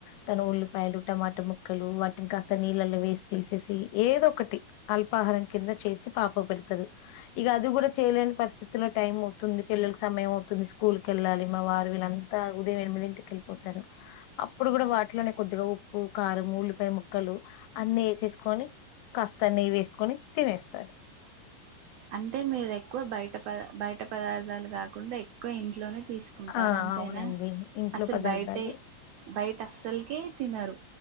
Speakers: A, on the left (about 85°); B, on the right (about 85°).
A: తను ఉల్లిపాయలు టమాటా ముక్కలు వాటిని కాస్త నీళ్ళలో వేసి తీసేసి ఏదొ ఒకటి అల్పాహారం కింద చేసి పాపకు పెడతారు ఇగ అది గుడా చేయలేని పరిస్థితిలో టైం అయితుంది పిల్లలకి సమయం అవుతుంది స్కూల్ కేళ్ళాలి మా వారు వీళ్ళు త ఉదయం ఎనిమిదింటికి వేళ్ళిపోతారు అప్పుడు గూడ వాటిలోనే కొద్దిగా ఉప్పు కారం ఉల్లిపాయ ముక్కలు అన్నీ వేసేసుకొని కాస్తా నెయ్యి వేసుకొని తినేస్తారు
B: అంటే మీరు ఎక్కువ బయట పద బయట పదార్థాలు కాకుండా ఎక్కువ ఇంట్లోనే తీస్ కుంటారు
A: ఆ
B: అంతేనా
A: అవునండి ఇంట్లో
B: అసలు
A: పదార్థాలు
B: బయటే బయట అస్సలుకే తినరు